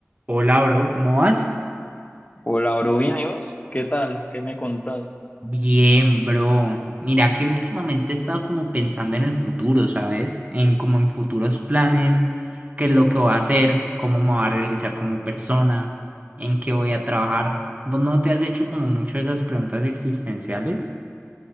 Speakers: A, on the right; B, on the left.
A: Hola, bro, ¿cómo vas?
B: Hola, bro, bien, ¿y vos? ¿Qué tal? ¿Qué me contás?
A: Bien, bro. Mira que últimamente he estado como pensando en el futuro, ¿sabes? En como en futuros planes, qué es lo que voy a hacer, cómo me voy a realizar como persona, en qué voy a trabajar. ¿Vos no te has hecho como mucho esas preguntas existenciales?